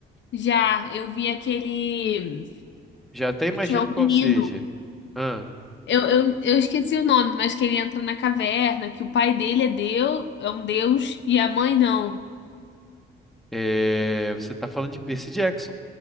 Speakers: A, on the left; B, in the centre.
A: Já, eu vi aquele
B: Já até imagino
A: que é o
B: qual
A: menino.
B: seja. Ah,
A: Eu, eu, eu esqueci o nome, mas que ele entra na caverna, que o pai dele é Deus, é um deus, e a mãe não.
B: é, Você está falando de Percy Jackson,